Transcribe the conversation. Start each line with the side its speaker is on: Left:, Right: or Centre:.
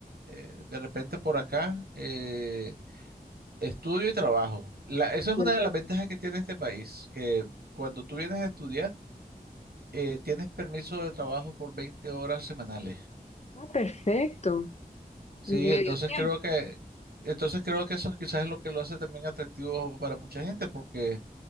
Right: eh, de repente por acá eh, estudio y trabajo. La- esa es
Left: Sí.
Right: una de las ventajas que tiene este país, que cuando tú vienes a estudiar, eh, tienes permiso de trabajo por 20 horas semanales.
Left: Ah, perfecto.
Right: Sí,
Left: Medio
Right: entonces
Left: tiempo.
Right: creo que, entonces creo que eso quizás es lo que lo hace también atractivo para mucha gente, porque